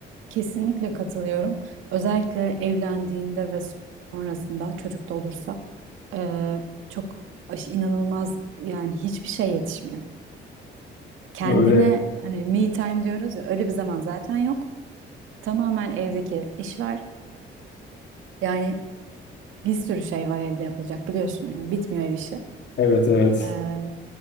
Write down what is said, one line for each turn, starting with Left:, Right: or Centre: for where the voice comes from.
Right: Kesinlikle katılıyorum. Özellikle evlendiğinde ve sonrasında çocuk da olursa eee, çok aş- inanılmaz yani hiçbir şey yetişmiyor. Kendine
Left: Öyle.
Right: hani me time diyoruz ya öyle bir zaman zaten yok. Tamamen evdeki işler yani bir sürü şey var evde yapılacak biliyorsun yani bitmiyor ev işi.
Left: Evet evet.
Right: Eee,